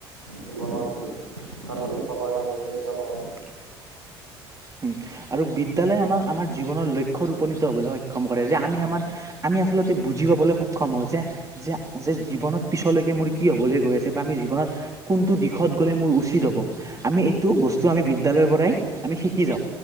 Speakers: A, on the right; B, on the right.
A: জীৱনত এটা, লক্ষ্য পোৱা এটা উদ্দেশ্য পাওঁ।
B: উম, আৰু বিদ্যালয়ে আমাক, আমাৰ জীৱনৰ লক্ষ্যত উপনীত হ'বলৈ সক্ষম কৰে, যে আমি আমাৰ আমি আচলতে বুজি পাবলৈ সক্ষম হওঁ, যে যে, যে, জীৱনত পিছলৈকে মোৰ কি হ'বলৈ গৈ আছে বা আমি জীৱনত কোনটো দিশত গ'লে মোৰ উচিত হ'ব, আমি এইটো বস্তু আমি বিদ্যালয়ৰ পৰাই আমি, শিক কি যাওঁ,